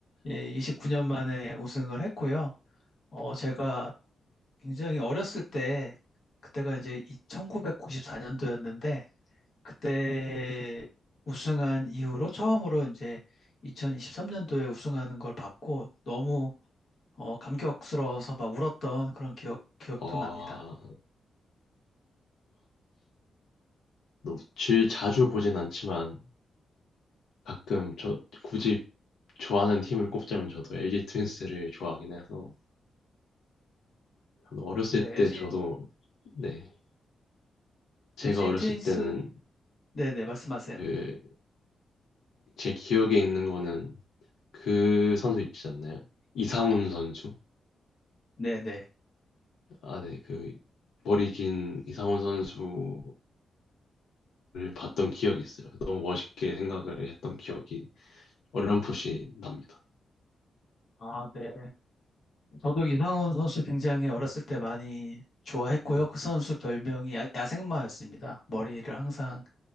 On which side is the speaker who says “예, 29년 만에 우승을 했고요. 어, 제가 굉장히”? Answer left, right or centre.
Left